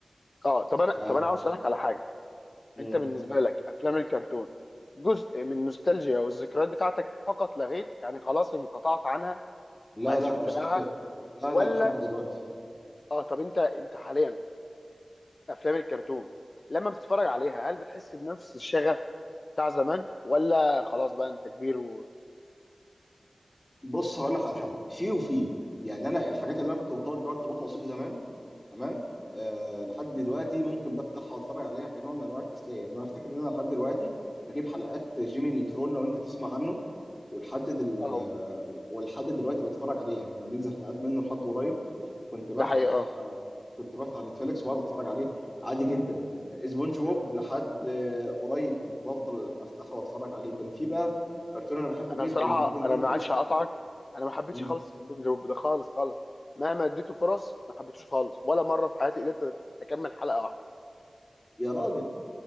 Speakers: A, on the left (about 50°); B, on the left (about 20°).
A: اه طب انا
B: ف
A: طب انا عاوز اسالك على حاجة
B: مم.
A: انت بالنسبه لك افلام الكرتون جزء من النوستالجيا والذكريات بتاعتك فقط لا غير يعني خلاص انقطعت عنها
B: لا
A: وما عادش
B: لا
A: بتتابعها
B: مستحيل لا
A: ولا
B: لا لحد دلوقتي
A: اه طب انت انت حاليا افلام الكرتون لما بتتفرج عليها هل بتحس بنفس الشغف بتاع زمان ولا خلاص بقى انت كبير و
B: بص هقول لك على حاجه في وفي يعني انا الحاجات اللي انا كنت مرتبط بيها ارتباط وثيق زمان تمام آه لحد دلوقتي ممكن بفتحها واتفرج عليها كنوع من انواع التسليه يعني انا افتكر ان انا لحد دلوقتي بجيب حلقات جيمي نيوترون لو انت تسمع عنه ولحد دل...
A: اه
B: آه ولحد دلوقتي بتفرج عليه يعني كان بينزل حلقات منه لحد قريب كنت بفتح
A: ده حقيقة اه
B: آه كنت بفتح نتفليكس وبقعد اتفرج عليه عادي جدا سبونج بوب لحد آه قريب كنت بفضل افتحه واتفرج عليه كان في بقى كرتون انا بحبه
A: انا بصراحة
B: جدا جدا جدا
A: انا ما عادش هقطعك انا ما حبيتش
B: مم.
A: خالص بونجا ده خالص خالص مهما اديته فرص ما حبيتوش خالص ولا مرة في حياتي قدرت اكمل حلقة واحدة
B: يا راجل